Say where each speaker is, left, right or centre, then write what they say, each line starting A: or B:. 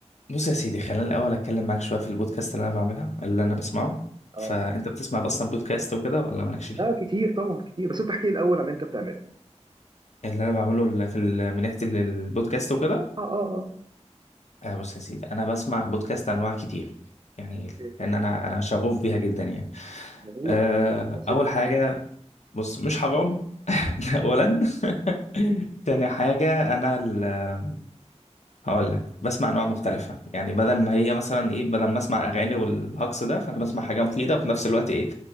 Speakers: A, on the left; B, on the right.
A: بص يا سيدي خلينا الأول أتكلم معاك شوية في البودكاست اللي أنا بعملها اللي أنا بسمعه
B: اه
A: فأنت بتسمع أصلا بودكاست وكده ولا مالكش فيه؟
B: اه كتير طبعا كتير بس انت احكي لي الاول عن اللي انت بتعمله
A: اللي أنا بعمله ال- في ال- من ناحية ال- البودكاست وكده
B: اه اه اه
A: آه بص يا سيدي أنا بسمع بودكاست أنواع كتير يعني
B: إيه،
A: لأن أنا أنا شغوف بيها جدا يعني
B: جميل
A: آه
B: قول لي يا سيدي.
A: أول حاجة بص مش حرام <laughs> ده أولا <laughs> تاني حاجة أنا ال- هقول لك بسمع انواع مختلفه يعني بدل ما هي مثلا ايه بدل ما اسمع اغاني والهجص ده فانا بسمع حاجه مفيده وفي نفس الوقت ايه